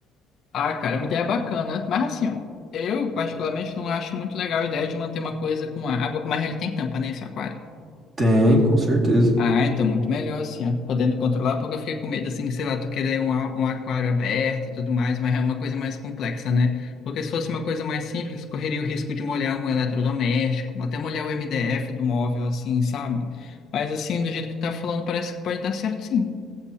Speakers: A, on the left; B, on the right.
A: Ah, cara, é uma ideia bacana. Mas assim, ó, eu particularmente não acho muito legal a ideia de manter uma coisa com água. Mas ele tem tampa, né, esse aquário?
B: Tem, com certeza.
A: Ah, então muito melhor assim, ó, podendo controlar, porque eu fiquei com medo, assim, sei lá, tu querer um, a- um aquário aberto e tudo mais, mas é uma coisa mais complexa, né? Porque se fosse uma coisa mais simples, correria o risco de molhar algum eletrodoméstico, até molhar o MDF do móvel, assim, sabe? Mas assim, do jeito que tu tá falando, parece que pode dar certo sim.